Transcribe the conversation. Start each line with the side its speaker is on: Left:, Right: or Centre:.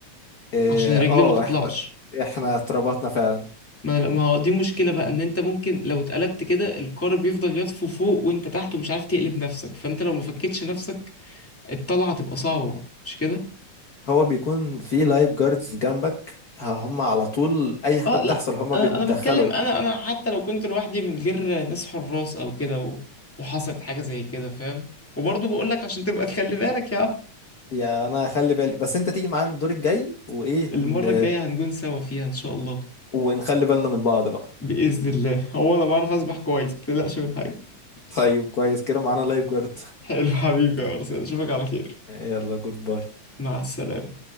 Left: اه
Centre: عشان رجليه
Left: آه،
Centre: ما تطلعش
Left: احنا احنا اتربطنا فعلا
Centre: ما أنا- ما هو دي مشكله بقى ان انت ممكن لو اتقلبت كده القارب بيفضل يطفو فوق وانت تحت ومش عارف تقلب نفسك فانت لو ما فكتش نفسك الطلعه تبقى صعبه مش كده
Left: هو بيكون في لايف جاردز جنبك هم على طول اي حاجه
Centre: اه
Left: بتحصل
Centre: لا
Left: هم
Centre: انا
Left: بيتدخلوا
Centre: انا بتكلم انا انا حتى لو كنت لوحدي من غير ناس حراس او كده و... وحصلت حاجه زي كده فاهم وبرضه بقول لك عشان تبقى تخلي بالك يا عم
Left: يا انا خلي بالي بس انت تيجي معانا الدور الجاي وايه
Centre: المره
Left: ن...
Centre: الجايه هنكون سوا فيها ان شاء الله
Left: ونخلي بالنا من بعض بقى
Centre: بإذن الله هو أنا بعرف أسبح كويس متقلقش من حاجة
Left: طيب كويس كده معانا لايف جارد
Centre: حلو حبيبي يا أرسنال أشوفك على خير
Left: يلا جود باي
Centre: مع السلامة